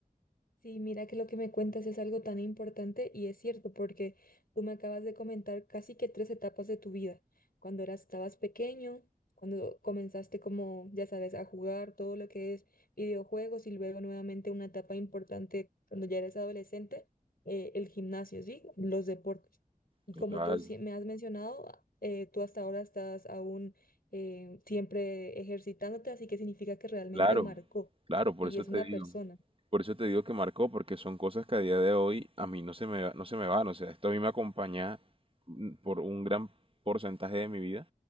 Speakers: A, on the left; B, on the right.
A: Sí, mira que lo que me cuentas es algo tan importante y es cierto, porque tú me acabas de comentar casi que tres etapas de tu vida. Cuando eras, estabas pequeño, cuando comenzaste como, ya sabes, a jugar todo lo que es videojuegos y luego nuevamente una etapa importante cuando ya eres adolescente, eh, el gimnasio, ¿sí? Los deportes. Y
B: Total.
A: como tú sí me has mencionado, ah, eh, tú hasta ahora estás aún eh, siempre ejercitándote, así que significa que realmente
B: Claro,
A: marcó
B: claro, por
A: y
B: eso
A: es
B: te
A: una
B: digo,
A: persona.
B: por eso te digo que marcó, porque son cosas que a día de hoy a mí no se me, va- no se me van, o sea, esto a mí me acompaña mm, por un gran porcentaje de mi vida